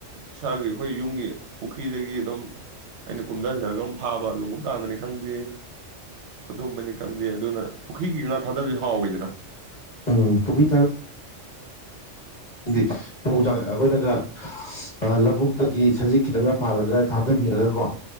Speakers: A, on the right; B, on the left.
A: ꯏꯁꯥꯒꯤ ꯑꯩꯈꯣꯏ ꯌꯨꯝꯒꯤ ꯄꯨꯈ꯭ꯔꯤꯗꯒꯤ ꯑꯗꯨꯝ ꯑꯩꯅ ꯀꯨꯝꯊꯖꯔꯒꯝ ꯐꯥꯕ ꯂꯨꯍꯨꯝ ꯇꯥꯡꯕꯅꯤ ꯈꯪꯗꯦ ꯈꯨꯗꯣꯝꯕꯅꯤ ꯈꯪꯗꯦ ꯑꯗꯨꯅ ꯄꯨꯈ꯭ꯔꯤꯒꯤ ꯉꯥ ꯊꯥꯗꯕꯕꯁꯤ ꯍꯥꯎꯋꯤꯗꯅ
B: ꯎꯝ ꯄꯨꯈ꯭ꯔꯤ ꯃ ꯆꯥꯛ ꯑꯩꯈꯣꯏꯅꯒ ꯑ ꯂꯧꯕꯨꯛ ꯇꯒꯤ ꯁꯖꯤꯛ ꯈꯤꯇꯪꯒ ꯐꯥꯜꯂꯒ ꯊꯥꯗꯕꯤꯔꯒꯀꯣ